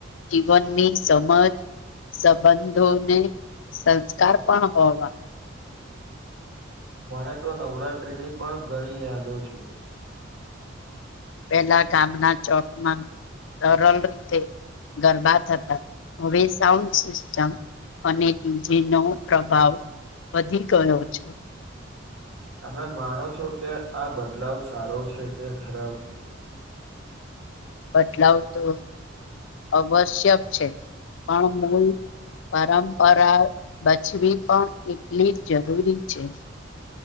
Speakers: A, on the left; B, on the right.
A: જીવનની સમજ સંબંધોને સંસ્કાર પણ હોવા
B: મને તો નવરાત્રીની પણ ઘણી યાદો છે
A: પેલા ગામના ચોકમાં સરળ રીતે ગરબા થતા હવે સાઉન્ડ સિસ્ટમ અને ડીજે નો પ્રભાવ વધી ગયો છે
B: તમે માનો છો કે આ બદલાવ સારો છે કે ખરાબ
A: બદલાવ તો અવશ્યક છે પણ હું પરંપરા બચવી પણ એટલી જ જરૂરી છે